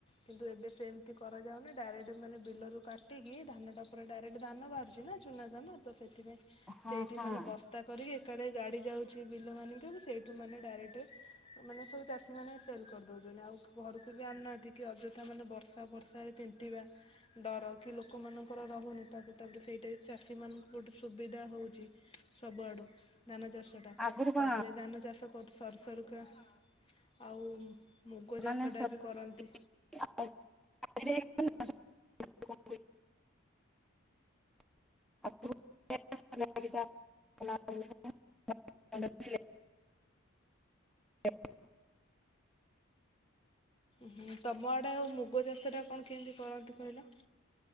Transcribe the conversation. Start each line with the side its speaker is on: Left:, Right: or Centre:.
Left: କିନ୍ତୁ ଏ ଏବେ ସେମିତି କରାଯାଉନି ଡାଇରେକ୍ଟ ମାନେ ବିଲରୁ କାଟିକି ଧାନଟା ପରେ ଡାଇରେକ୍ଟ ଧାନ ବାହାରୁଛିି ନା ଚୁନା ଧାନ ତ ସେ ସେଥିପାଇଁ
Centre: ହଁ
Left: ସେଇଠି
Centre: ହଁ
Left: ମାନେ ବସ୍ତା କରିକି <unintelligible> ଗାଡି ଯାଉଛି ବିଲ ମାନିକୁ ସେଇଠୁ ମାନେ ଡାଇରେକ୍ଟ ମାନେ ସବୁ ଚାଷୀ ମାନେ ସେଲ କରିଦଉଛନ୍ତି ଆଉ ଘରକୁ ବି ଆଣୁନାହାନ୍ତି କି ଅଯଥା ମାନ ବ ବର୍ଷା ବର୍ଷାରେ ତିନ୍ତିବା ଡର କି ଲୋକମାନଙ୍କର ରହୁନି ତାକୁ ତାପରେ ସେଇଟା ଚାଷୀମାନଙ୍କୁ ଗୋଟେ ସୁବିଧା ହଉଛି ସବୁଆଡ଼ୁ ଧାନ ଚାଷଟା
Centre: ଆଗରୁ
Left: ତାପରେ
Centre: କଣ
Left: ଧାନ ଚାଷ ବହୁତ ସରୁ ସରୁକା ଆଉ ମୁଗ
Centre: ମାନେ
Left: ଚାଷଟା
Centre: <inaudible>
Left: ବି କରନ୍ତି
Centre: <inaudible>
Left: ହୁଁ ତମ ଆଡେ ଆଉ ମୁଗ ଚାଷଟା କଣ କେମିତି କରନ୍ତି କହିଲା?